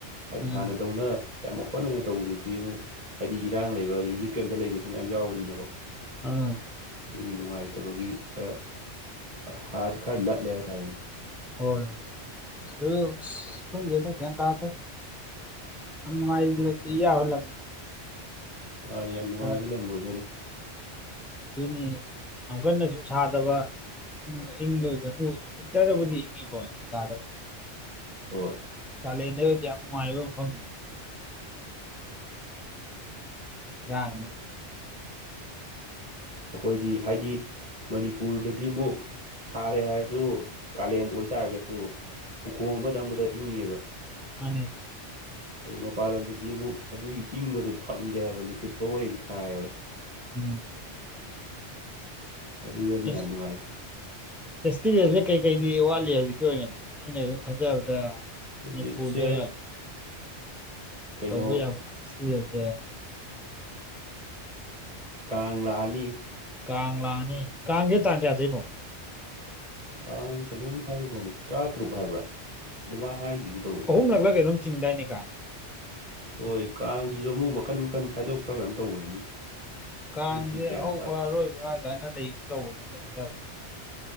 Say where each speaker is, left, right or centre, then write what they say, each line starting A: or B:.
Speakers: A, on the right (about 30°); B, in the centre.
A: ꯍꯥꯏꯗꯤ
B: ꯎꯝ
A: ꯍꯥꯟꯅꯗꯧꯅ ꯌꯥꯝ ꯑꯣꯄꯟ ꯑꯣꯏꯅ ꯇꯧꯕꯗꯨꯗꯤ ꯑꯃꯨꯛ ꯍꯥꯏꯗꯤ ꯏꯔꯥꯡ ꯂꯩꯕ ꯔꯤꯂꯤꯐ ꯀꯦꯝꯇ ꯂꯩꯕꯁꯨ ꯃꯌꯥꯝ ꯌꯥꯎꯕꯅꯤꯅꯀꯣ
B: ꯑꯥ
A: ꯑꯗꯨꯒꯤ ꯅꯨꯡꯉꯥꯏꯇꯕꯒꯤ ꯈꯔ ꯍꯥꯔ ꯀꯥꯗ ꯂ ꯂꯩ ꯍꯥꯏ ꯇꯔꯅꯤ <unintelligible>
B: ꯍꯣꯏ ꯁ ꯈꯪꯗ꯭ꯔꯦꯗ ꯒ꯭ꯌꯥꯟ ꯇꯗ꯭ꯔꯦ ꯌꯥꯝ ꯅꯨꯡꯉꯥꯏꯅ ꯂꯩ ꯌꯕ ꯂꯝꯅꯤ
A: ꯃꯥꯅꯤ ꯌꯥꯝ ꯅꯨꯡꯉꯥꯏꯕ
B: ꯈꯔ
A: ꯂꯝꯕ ꯑꯣꯏꯗꯨꯅꯦ
B: ꯑꯗꯨꯅꯤ ꯌꯥꯝ ꯀꯟꯅꯁꯨ ꯁꯥꯗꯕ ꯪ ꯏꯪ ꯂꯣꯏꯗ꯭ꯔ ꯋꯤꯟꯇꯔꯗꯕꯨꯗꯤ ꯏꯪꯉꯤꯀꯣ ꯏꯊꯝ ꯊꯗꯕꯨꯗꯤ
A: ꯍꯣꯏ
B: ꯀꯂꯦꯟꯗꯒꯗꯤ ꯌꯥꯝ ꯅꯨꯡꯉꯥꯏꯕ ꯃꯐꯝ ꯅꯤ ꯌꯥ <unintelligible>
A: ꯑꯩꯈꯣꯏꯗꯤ ꯍꯥꯏꯗꯤ ꯃꯅꯤꯄꯨꯔꯗꯗꯤ ꯑꯃꯨꯛ ꯁꯥꯔꯦ ꯍꯥꯏꯔꯁꯨ ꯀꯥꯂꯦꯟ ꯑꯣꯏꯇꯥꯔꯒꯁꯨ ꯎꯈꯣꯡ ꯑꯃ ꯆꯪꯕꯗ ꯏꯪꯉꯦꯕ
B: ꯃꯥꯅꯦ
A: ꯑꯗꯨ ꯃꯄꯥꯟ ꯂꯝꯗꯗꯤ ꯑꯃꯨꯛ ꯑꯗꯨꯒꯤ ꯏꯪꯕꯗ ꯐꯪꯗꯦꯕ ꯅꯨꯡꯁꯤꯠ ꯐꯥꯎ ꯍꯦꯛ ꯁꯥꯏꯑꯕ
B: ꯎꯝ
A: ꯑꯗꯨꯗꯅꯤ
B: ꯏꯁ
A: ꯌꯥꯝ ꯅꯨꯡꯉꯥꯏꯇꯦ
B: ꯐꯦꯁꯇꯤꯚꯦꯜꯁꯦ ꯀꯩꯀꯩꯗꯤ ꯋꯥꯠꯂꯤ ꯍꯧꯖꯤꯛꯀꯤ ꯑꯣꯏꯅꯗꯤ ꯑꯩ ꯁꯨꯝ ꯈꯟꯖꯕꯗ ꯃꯅꯤꯄꯨꯔꯗ
A: ꯍꯧꯖꯤꯛꯁꯦ ꯀꯩꯅꯣ
B: ꯇꯕꯨ ꯌꯥꯖꯦ <unintelligible>
A: ꯀꯪꯂꯥꯑꯅꯤ
B: ꯀꯥꯡ ꯂꯥꯛꯑꯅꯤ ꯀꯥꯡꯁꯦ ꯇꯥꯟ ꯀꯌꯥꯗꯩꯅꯣ
A: ꯇꯥꯡ ꯀꯩꯅꯣꯝ ꯍꯥꯏꯈꯕꯗꯧꯅꯦ ꯇꯔꯥ ꯇꯔꯨꯛ ꯍꯥꯏꯕ꯭ꯔꯥ ꯑꯗꯨꯃꯅ ꯍꯥꯏꯈꯤꯕꯗꯧꯕ
B: ꯍ ꯂꯥꯛꯂꯒꯩꯅꯣ ꯆꯤꯡꯗꯥꯏꯅꯤ ꯀꯥꯏ <unintelligible>
A: ꯍꯣꯏ ꯀꯥꯡꯁꯤꯁꯨ ꯑꯃꯨꯛ ꯃꯈꯟ ꯃꯈꯟ ꯈꯥꯏꯗꯣꯛꯄ꯭ꯔꯥ ꯀꯩꯅꯝ ꯇꯧꯕꯅꯤꯅꯦ
B: ꯀꯥꯡꯁꯦ
A: ꯑꯩꯁꯨ ꯒ꯭ꯌꯥꯟ
B: ꯑꯍꯧꯕ
A: ꯇꯥꯗꯦ
B: ꯑꯔꯣꯏꯕ ꯐꯖꯅ ꯂꯩꯒꯨꯝ ꯇꯧꯕꯅꯦ ꯑꯩꯅ ꯈꯟꯖꯕꯗ